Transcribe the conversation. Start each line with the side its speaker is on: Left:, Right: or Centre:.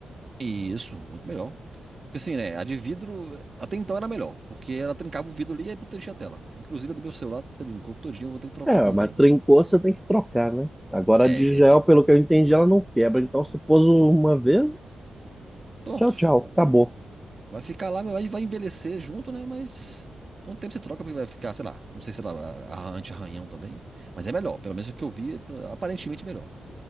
Right: Isso, muito melhor. Porque assim, né? A de vidro, até então era melhor. Porque ela trincava o vidro ali e aí protegia a tela. Inclusive a do meu celular trincou todinho, eu vou ter que trocar
Centre: É,
Right: também.
Centre: mas trincou, você tem que trocar, né? Agora
Right: É,
Centre: a de gel,
Right: é vi-
Centre: pelo que eu entendi, ela não quebra. Então você pôs uma vez,
Right: pronto.
Centre: tchau, tchau, acabou.
Right: Vai ficar lá, vai, vai envelhecer junto, né? Mas com o tempo você troca, porque vai ficar, sei lá, não sei se ela a- a- anti-arranhão também. Mas é melhor, pelo menos o que eu vi, é pra- aparentemente melhor.